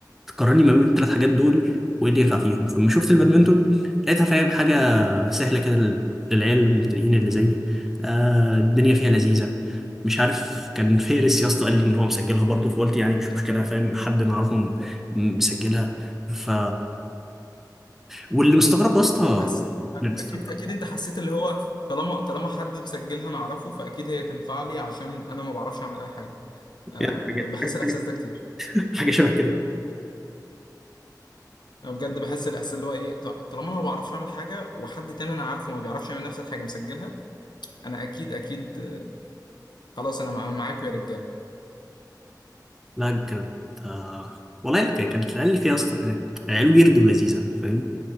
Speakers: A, in the centre; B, on the left (about 80°).
A: تقارني ما بين الثلاث حاجات دول وايه اللي ينفع فيهم فلما شفت البادمنتون لقيتها فاهم حاجه سهله كده لل- للعيال المبتدئين اللي زيي آه الدنيا فيها لذيذه مش عارف كان فارس يا اسطى قال لي ان هو مسجلها برضه فقلت يعني مش مشكله فاهم حد نعرفهم م- مسجلها ف واللي مستغرب يا اسطى
B: حس
A: اللي مستغرب
B: اكيد اكيد انت حسيت اللي هو طالما طالما حد مسجلها انا اعرفه فاكيد هي تنفع لي عشان انا ما بعرفش اعمل اي حاجه آه
A: يعني
B: ب-
A: حاجة
B: بحس
A: حاجة
B: الاحساس
A: حاجة
B: ده كتير
A: حاجه شبه كده
B: انا بجد بحس الاحساس اللي هو ايه ط- طالما انا ما بعرفش اعمل حاجه وحد تاني انا عارفه ما بيعرفش يعمل نفس الحاجه مسجلها انا اكيد اكيد آه، خلاص انا مع- معاكم يا رجاله
A: لا كانت آه، والله كانت كانت العيال اللي فيها اصلا كانت عيال ويرد ولذيذه فاهم